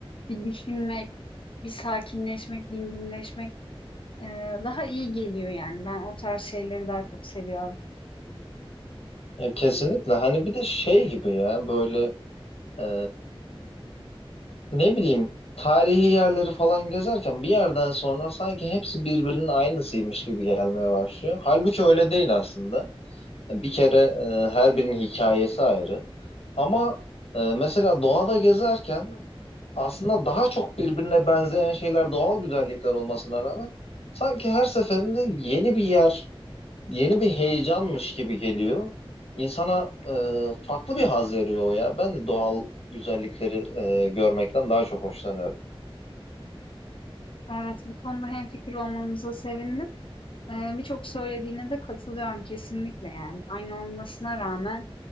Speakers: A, on the left (about 60°); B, on the left (about 85°).
A: bir düşünmek, bir sakinleşmek, dinginleşmek eee, daha iyi geliyor yani. Ben o tarz şeyleri daha çok seviyorum.
B: Ya kesinlikle hani bir de şey gibi ya böyle e, ne bileyim tarihi yerleri falan gezerken bir yerden sonra sanki hepsi birbirinin aynısıymış gibi gelmeye başlıyor. Halbuki öyle değil aslında. Yani Bir kere e, her birinin hikayesi ayrı. Ama e, mesela doğada gezerken aslında daha çok birbirine benzeyen şeyler doğal güzellikler olmasına rağmen sanki her seferinde yeni bir yer yeni bir heyecanmış gibi geliyor. İnsana e, farklı bir haz veriyor o ya. Ben de doğal güzellikleri e, görmekten daha çok hoşlanıyorum.
A: Evet bu konuda hemfikir olmamıza sevindim. Eee, birçok söylediğine de katılıyorum kesinlikle yani. Aynı olmasına rağmen